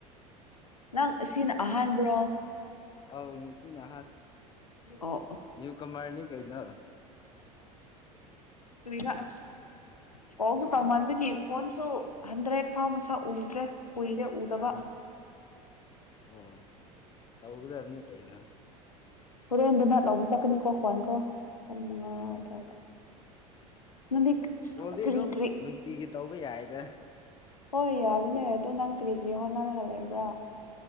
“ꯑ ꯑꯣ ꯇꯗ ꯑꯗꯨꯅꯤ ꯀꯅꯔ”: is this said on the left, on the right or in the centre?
Left